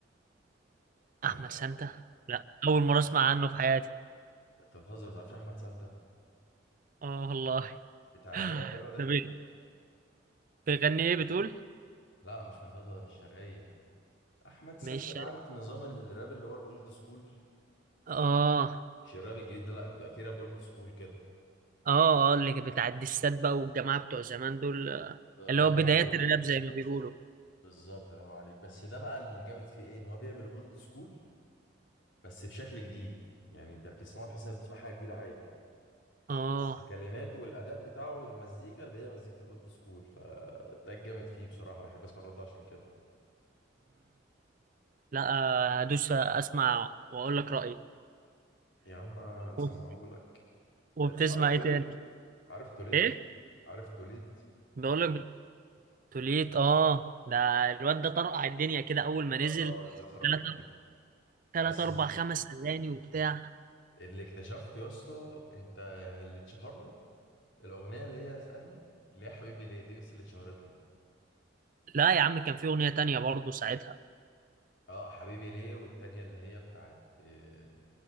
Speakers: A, on the left (about 75°); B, on the right (about 45°).
A: ولا
B: احمد
A: ما تعرفوش
B: سانتا لا اول مرة اسمع عنه في حياتي
A: انت بتهزر ما تعرفش احمد سانتا
B: اه والله
A: بتاع
B: <laughs>
A: الراب ده الواد
B: <sighs>
A: اللي
B: ده بي-
A: من طنطا
B: بيغني ايه بتقول
A: لا مش من طنطا ده مش شرقيه احمد سانتا
B: مش
A: انا
B: شرقي.
A: عارف نظام الراب اللي هو الاولد سكول
B: اه
A: مش الراب الجديد ده لا بيبقى فيه راب اولد سكول كده
B: اه اه اللي بتاع الدسات بقى والجماعة بتوع زمان دول آه،
A: الله
B: اللي
A: ينور
B: هو بدايات
A: عليك
B: الراب
A: بالظبط
B: زي ما بيقولوا
A: بالظبط الله ينور عليك بس ده بقى اللي جامد فيه ايه ان هو بيعمل اولد سكول بس بشكل جديد يعني انت بتسمعه تحس انك بتسمع حاجه جديده عادي
B: اه
A: بس كلماته والاداء بتاعه والمزيكا اللي هي مزيكه الاولد سكول فده الجامد فيه بصراحه بحب اسمع الرد عشان كده
B: لا آه، ادوس اسمع واقول لك رايي
A: يا عم نسمعه
B: و-
A: لك
B: وبتسمع
A: عرفت
B: ايه
A: ليه
B: تاني
A: عرفت ليه
B: ايه
A: عرفت ليه
B: بقول لك توليت اه ده الواد ده طرقع الدنيا كده اول ما نزل
A: الرد اه نزل خرب
B: ثلاث
A: الدنيا
B: ثلاث
A: بس
B: اربع خمس اغاني وبتاع
A: اللي اكتشفته يا اسطى انت يعني اللي اتشهر له الاغنيه اللي هي اسألني اللي هي حبيبي ليه دي بس اللي اتشهرت له
B: لا يا عم كان في اغنيه تانية برضه ساعتها
A: اه حبيبي ليه والتانية اللي هي بتاعت آه،